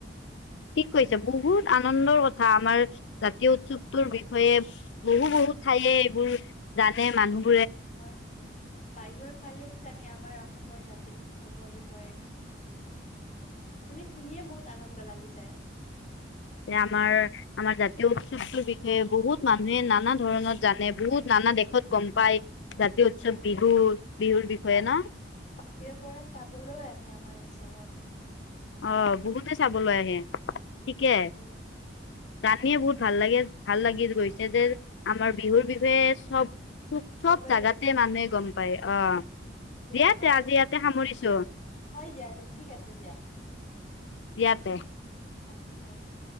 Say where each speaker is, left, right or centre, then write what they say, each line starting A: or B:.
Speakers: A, on the left; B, on the left.
A: ঠিক কৈছে বহুত আনন্দৰ কথা আমাৰ জাতীয় উৎসৱটোৰ বিষয়ে বহু বহু ঠাইয়ে এইবোৰ জানে মানুহ
B: হয় বাহিৰৰ ফালেও জানে আমাৰ অসমৰ জাতীয় উৎসৱৰ বিষয়ে হয় বত মানে শুনিয়ে বহুত আনন্দ লাগি যায়।
A: যে আমাৰ আমাৰ জাতীয় উৎসৱটোৰ বিষয়ে বহুত মানুহে নানা ধৰণৰ জানে বহুত নানা দেশত গম পায়। জাতীয় উৎসৱ
B: হয়
A: বিহু বিহুৰ বিষয়ে
B: বাহিৰ
A: ন
B: পৰা চাবলৈও আহে আমাৰ ৰত তবক
A: অ' বহুতে চাবলৈ আহে। উম! উম!
B: বহুতে
A: ঠিকে,
B: চাবলৈ আহে।
A: ৰাতি বহুত ভাল লাগে, ভাল লাগি গৈছে। যেনে আমাৰ বিহুৰ বিষয়ে চব, চব, চব
B: চবেই
A: জাগাতে মানুহে গম পায়। পাই অ'!
B: দিয়া আমাৰ
A: তে আজি ইয়াতে সামৰিছো
B: হয় দিয়া, দে ঠিক আছে দিয়া।
A: ইয়াতে
B: দিয়া ঠিক আছে। ‌